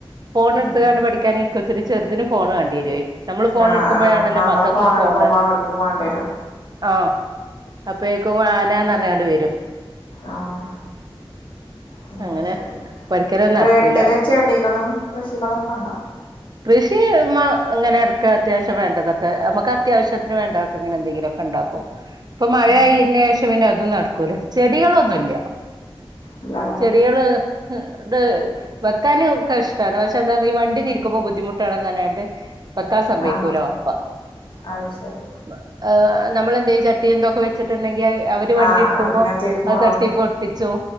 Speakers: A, on the right; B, on the left.
A: ഫോൺ എടുത്തകാണ്ട്
B: ഉം
A: പഠിക്കാന് ഇപ്പത്തിരി ചെറുതിന് ഫോണ് വാണ്ടി വരുവേ നമ്മള് ഫോൺ
B: ആഹ്
A: എടുക്കുമ്പഴാണല്ലോ
B: ആഹ് നമ്മള്
A: മക്കക്ക്
B: ഫോൺ
A: ഫോണ്
B: എടുക്കുമ്പോ അവർക്കും വേണ്ടി വരും
A: മ് ആഹ് അപ്പഴേക്കും ആനാന്ന് പറഞ്ഞ്ങ്ങാണ്ട് വരും
B: ആഹ് ഉം
A: അങ്ങനെ
B: ശരി
A: പഠിക്കലൊന്നും
B: വീട്ടില്
A: നടക്കൂല
B: ചെടികളും, കൃഷികളൊക്കെ ഉണ്ടോ?
A: കൃഷി മ അങ്ങനെ എടക്ക് അത്യാവശ്യം വേണ്ടതൊക്കെ നമ്മക്ക് അത്യാവശ്യത്തിന് വേണ്ടെതൊക്കെ ഇങ്ങനെ എന്തെങ്കിലുമൊക്കെ ഇണ്ടാക്കും. ഇപ്പൊ മഴയായിന്നെ
B: ഉം
A: ശേഷം പിന്നെ അതും നടക്കൂല ചെടികളൊന്നുല്ല
B: ഇല്ലല്ലേ
A: ചെടികള് <unintelligible> വെക്കാനും ഒക്കെ ഇഷ്ട്ടാണ് പക്ഷെ ഒന്നാമത് ഈ വണ്ടി തിരിക്കുമ്പോ ബുദ്ധിമുട്ടാണ് പറഞ്ഞ്ങ്ങാണ്ട് വെക്കാൻ സമ്മയ്ക്കൂല
B: ആഹ്
A: വാപ്പ
B: അത് ശരി
A: <unintelligible> ആഹ് നമ്മളെന്തെയ്യ് ചട്ടിയും ഇതൊക്കെ വെച്ചിട്ടുണ്ടെങ്കിൽ അവര് വണ്ടി
B: ആഹ്
A: എടുക്കുമ്പോ
B: പിന്നെ തിരുമോ
A: അത് തട്ടി പൊട്ടിച്ചും